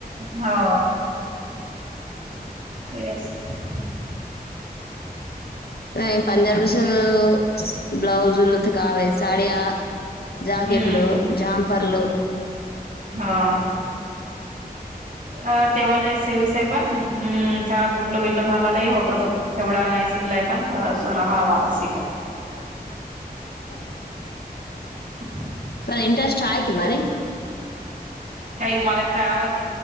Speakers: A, on the right; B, on the left.
A: हा. तेच की. <inaudible>
B: नाही, पंजाब कसं, ब्लाऊज <unintelligible> साड्या. जाकेटल,
A: हम्म
B: झामपर्ल.
A: हा. अ तेव्हा लय शेवे सा पण कुठल कुटल घालायला ही होत होतं. तेवढा नाही शिकलाय. पण <unintelligible> राहावा शिकून.
B: <inaudible>
A: <inaudible>
B: त इंटरेस्ट हाय की, मरीन.
A: काय मला करावा ति